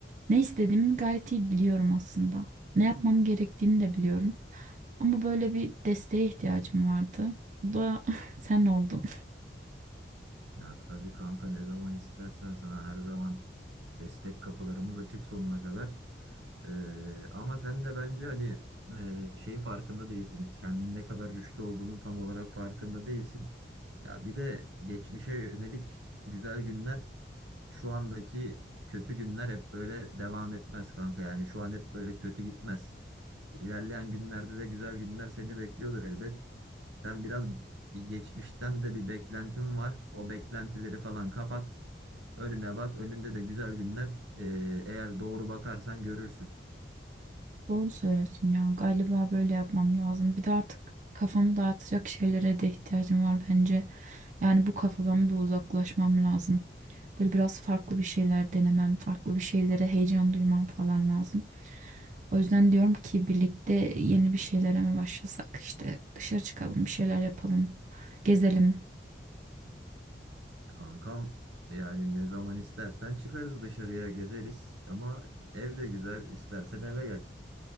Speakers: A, on the right; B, on the right.
A: Ne istediğimi gayet iyi biliyorum aslında. Ne yapmam gerektiğini de biliyorum. Ama böyle bir desteğe ihtiyacım vardı. Bu da <laughs> sen oldun.
B: Ya tabii kanka ne zaman istersen sana her zaman destek kapılarımız açık sonuna kadar. Ee, ama sen de bence hani e, şeyin farkında değilsin. Kendin ne kadar güçlü olduğunun tam olarak farkında değilsin. Ya bir de geçmişe yönelik güzel günler şu andaki kötü günler hep böyle devam etmez kanka. Yani şu an hep böyle kötü gitmez. İlerleyen günlerde de güzel günler seni bekliyordur elbet. Sen biraz bir geçmişten de bir beklentin var. O beklentileri falan kapat. Önüne bak. Önünde de güzel günler. Ee, eğer doğru bakarsan görürsün.
A: Doğru söylüyorsun ya. Galiba böyle yapmam lazım. Bir de artık kafamı dağıtacak şeylere de ihtiyacım var bence. Yani bu kafadan bir uzaklaşmam lazım. Böyle biraz farklı bir şeyler denemem, farklı bir şeylere heyecan duymam falan lazım. O yüzden diyorum ki birlikte yeni bir şeylere mi başlasak? İşte dışarı çıkalım, bir şeyler yapalım, gezelim
B: Kankam yani ne zaman istersen çıkarız dışarıya gezeriz. Ama ev de güzel. İstersen eve gel.